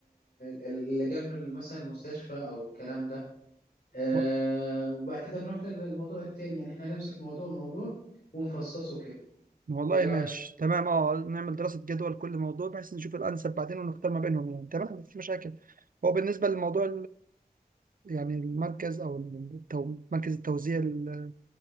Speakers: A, on the left; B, on the right.
A: ال- اللي جنب مثلا المستشفى او الكلام ده آه
B: و-
A: وبعد كده نروح للموضوع التاني يعني احنا هنمسك موضوع موضوع ونفصصه كده
B: والله
A: ايه رايك
B: ماشي تمام اه نعمل دراسه جدوى لكل موضوع بحيث نشوف الانسب بعدين ونختار ما بينهم يعني تمام مفيش مشاكل هو بالنسبه للموضوع يعني المركز او التو- مركز التوزيع ال-